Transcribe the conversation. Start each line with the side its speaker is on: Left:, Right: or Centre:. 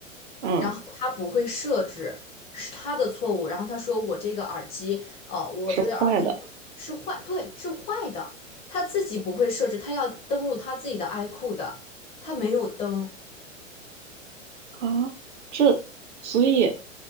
Right: 嗯，
Left: 然后他不会设置，是他的错误。然后他说我这个耳机，呃，我这个耳机就是坏，
Right: 是坏的
Left: 对，是坏的。他自己不会设置，他要登录他自己的 iQOO 的，他没有登，
Right: 啊？这，所以，